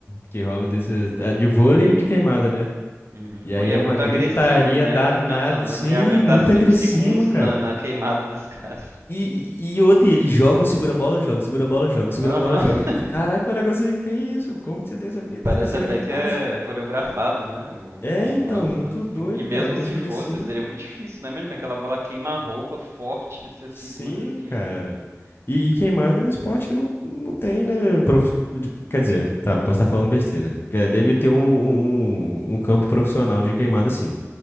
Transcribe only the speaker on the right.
Uhum.
Pô,
e é
muito
agressivo, né?
Eu fico pensando,
eu não ia aguentar
5
segundos
na, na queimada dos caras.
Aham.
<laughs>
Parece
até
que é
coreografado, né? o-
os
lances
assim.
E mesmo
se
fosse,
seria muito difícil, né? Imagina aquela bola queima a roupa forte, você segura
firme.